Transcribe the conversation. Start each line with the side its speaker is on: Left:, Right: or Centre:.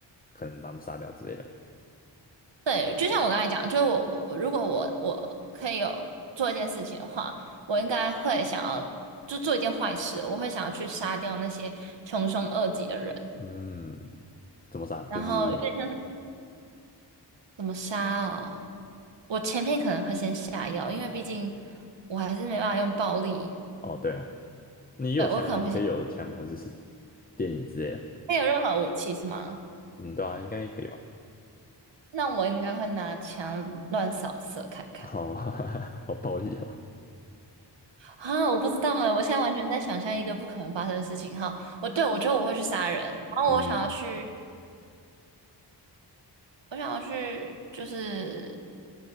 Left: 可能把他们杀掉之类的吗？
Right: 对，就像我刚才讲，就是我我如果我我可以有做一件事情的话，我应该会想要就做一件坏事，我会想要去杀掉那些穷凶恶极的人，
Left: 嗯，怎么杀？就是
Right: 然后有点像是怎么杀哦，我前面可能会先下药，因为毕竟我还是没办法用暴力，
Left: 哦，对了，你有枪啊，
Right: 对，我可能会先，
Left: 你可以有枪或者是电椅之类的。
Right: 没有任何武器是吗？
Left: 嗯，对啊，应该可以吧？
Right: 那我应该会拿枪乱扫射看看
Left: 好，<laughs> 好暴力哦。
Right: 啊！我不知道哎，我现在完全在想象一个不可能发生的事情哈。我对我觉得我会去杀人，然后我想要去，
Left: 嗯，
Right: 我想要去就是